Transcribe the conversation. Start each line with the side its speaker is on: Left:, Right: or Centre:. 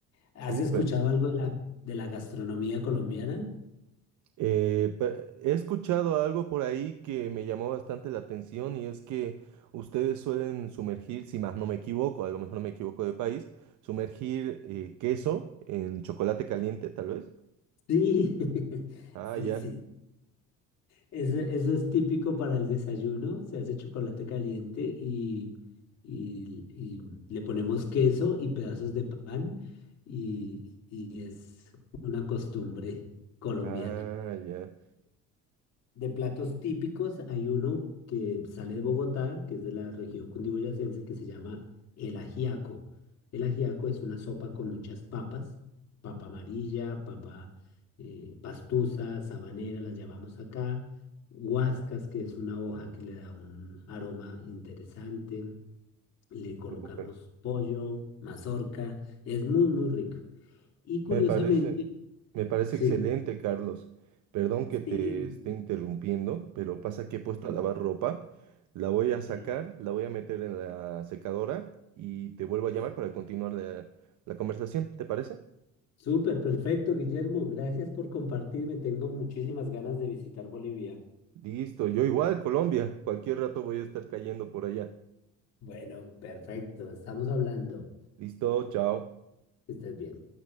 Left: ¿Has
Right: súper.
Left: escuchado algo de la, de la gastronomía colombiana?
Right: Eh, pe- he escuchado algo por ahí que me llamó bastante la atención y es que ustedes suelen sumergir, si más no me equivoco, a lo mejor me equivoco de país, sumergir eh, queso en chocolate caliente, tal vez.
Left: Sí, <laughs>
Right: Ah,
Left: sí,
Right: ya.
Left: sí. Eso, eso es típico para el desayuno, se hace chocolate caliente y, y- y le ponemos queso y pedazos de pan y, y es una costumbre colombiana.
Right: Ah, ya.
Left: De platos típicos hay uno que sale de Bogotá, que es de la región cundiboyacense, que se llama el ajiaco. El ajiaco es una sopa con muchas papas, papa amarilla, papa eh, pastusa, sabanera, las llamamos acá, guascas, que es una hoja que le da un aroma interesante, le colocamos
Right: Súper.
Left: pollo, mazorca, es muy, muy rico. Y curiosamente,
Right: Me parece, me parece
Left: sí,
Right: excelente, Carlos. Perdón que te
Left: sí,
Right: esté interrumpiendo, pero pasa que he puesto
Left: mi
Right: a
Left: madre,
Right: lavar ropa. La voy a sacar,
Left: sí.
Right: la voy a meter en la secadora y te vuelvo a llamar
Left: sí.
Right: para continuar la, la conversación, ¿te parece?
Left: Súper, perfecto, Guillermo. Gracias por compartirme. Tengo muchísimas ganas de visitar Bolivia.
Right: Listo, yo igual, Colombia. Cualquier rato voy a estar cayendo por allá.
Left: Bueno, perfecto. Estamos hablando.
Right: Listo, chao.
Left: Que estés bien.